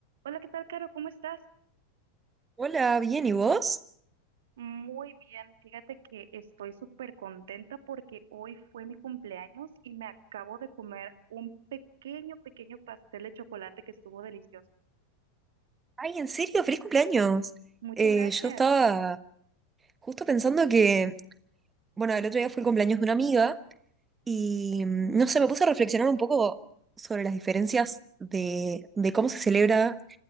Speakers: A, on the right; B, on the right.
A: Hola, ¿qué tal, Caro? ¿Cómo estás?
B: Hola, bien, ¿y vos?
A: Muy bien. Fíjate que estoy súper contenta porque hoy fue mi cumpleaños y me acabo de comer un pequeño, pequeño pastel de chocolate que estuvo delicioso.
B: Ay, ¿en serio? ¡Feliz cumpleaños!
A: Muchas
B: Eh,
A: gracias.
B: yo estaba justo pensando que, bueno, el otro día fue el cumpleaños de una amiga y, mm, no sé, me puse a reflexionar un poco sobre las diferencias de, de cómo se celebra